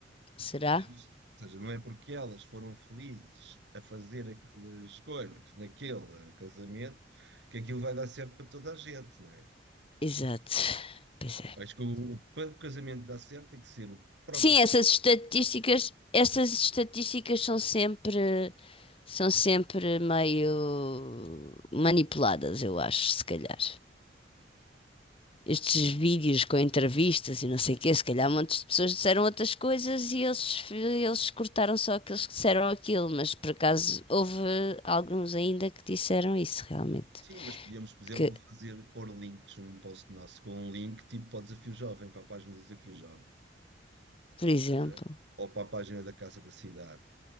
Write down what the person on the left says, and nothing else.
Será?
Exato. Pois é.
Sim, essas estatísticas, essas estatísticas são sempre, são sempre meio manipuladas, eu acho, se calhar. Estes vídeos com entrevistas e não sei o quê, se calhar montes de pessoas disseram outras coisas e eles, eles cortaram só aqueles que disseram aquilo, mas por acaso houve alguns ainda que disseram isso realmente.
Que,
por exemplo,